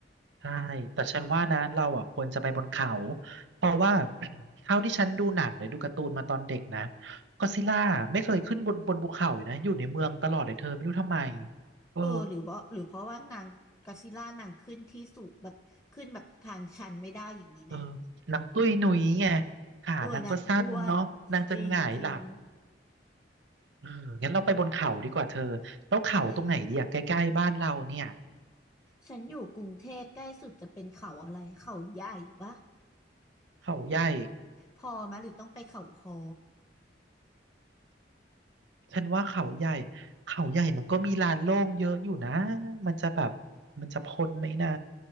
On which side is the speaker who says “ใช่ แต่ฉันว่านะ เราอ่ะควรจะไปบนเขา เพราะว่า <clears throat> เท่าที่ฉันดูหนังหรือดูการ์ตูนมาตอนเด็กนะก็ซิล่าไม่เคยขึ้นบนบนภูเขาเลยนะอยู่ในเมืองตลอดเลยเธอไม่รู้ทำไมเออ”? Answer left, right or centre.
Right